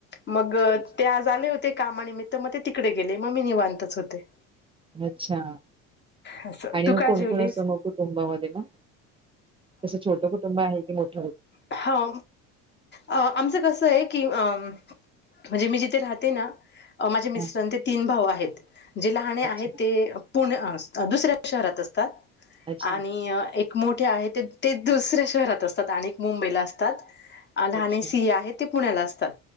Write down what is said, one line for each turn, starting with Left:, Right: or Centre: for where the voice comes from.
Left: मगं
Right: अच्छा अच्छा
Left: ते आज आले होते कामानिमित्त मते तिकडे गेले ममी निवांतच होते.
Right: अच्छा
Left: असं
Right: आणि
Left: तू
Right: म
Left: काय
Right: कोणकोण
Left: जेवलीस
Right: असतं म कुटुंबामध्ये म? कसं छोटं कुटुंब आहे की मोठ्?
Left: हां अ आमचं कसंय की अं म्हंजे मी जिथे राहतेना माझे
Right: हा
Left: मिस्टर अन् ते तीन भाव आहेत. जे लहाने
Right: अच्छा
Left: आहेत ते पुण् अं दुसऱ्या शहरात असतात
Right: अच्छा
Left: आणि एक मोठे आहे ते ते दुसऱ्या शहरात असतात आणि एक मुंबईला असतात. आ लहाने
Right: अच्छा
Left: सिए आहेत ते पुण्याला असतात